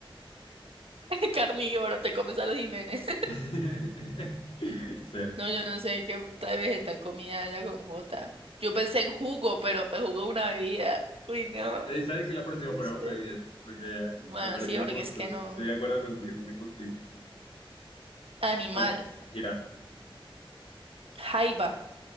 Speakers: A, on the right; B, on the left.
A: <laughs> Carnívoro, te comes a los Jiménez.
B: <laughs> Cero.
A: No, yo no sé qué puta de vegetal comida haya con J. Yo pensé en jugo, pero pues jugo es una bebida. Uy, no.
B: Eh, ¿Sabes que la próxima
A: ¿Viste?
B: ponemos bebidas? Porque eh,
A: Bueno,
B: me pareció
A: sí, porque
B: injusto.
A: es que no.
B: Estoy de acuerdo contigo, una injusticia.
A: Animal.
B: Bueno, jirafa,
A: Jaiba.